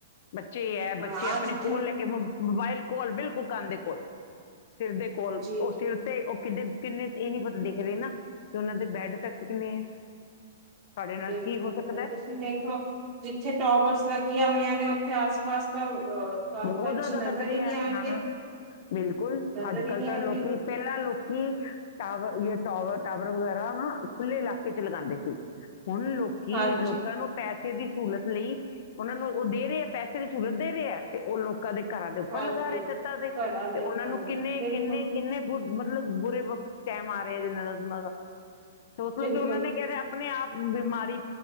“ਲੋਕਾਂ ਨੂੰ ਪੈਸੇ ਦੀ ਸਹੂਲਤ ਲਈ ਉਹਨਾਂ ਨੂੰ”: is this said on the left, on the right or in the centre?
Left